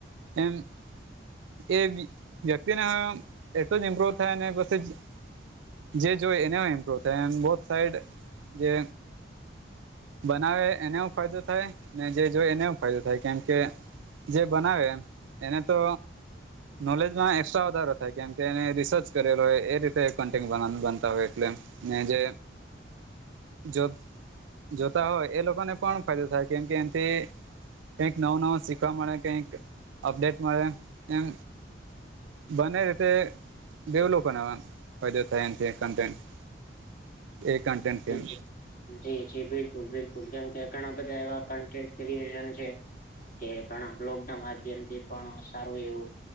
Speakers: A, on the right; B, on the left.
A: એમ એ વ્યક્તિને હ એટલું જ ઇમ્પ્રુવ થાય ને પછી જે જોય એને ઇમ્પ્રુવ થાય એમ બો સાઈડ જે બનાવે એને ફાયદો થાય ને જે જોય એને ફાયદો થાય, કેમ કે જે બનાવે એને તો નોલેજમાં એક્સ્ટ્રા વધારો થાય કેમ કે એને રિસર્ચ કરેલો હોય એ રીતે કન્ટે બનતા હોય એટલે ને જે જો જોતા હોય એ લોકોને પણ ફાયદો થાય કેમ કે એનથી કઈક નવું નવું શીખવા મળે કઈક અપડેટ મળે એમ બને રીતે દેવલોનાવા ફાયદો થાય એ કન્ટેન્ટ એ કન્ટેન્ટથી
B: <unintelligible> જી જી બિલકુલ બિલકુલ કેમકે ઘણા બધા એવા કન્ટેન્ટ ક્રિએશન છે કે ઘણા લોકડાન માધ્યમથી પણ સારું એવું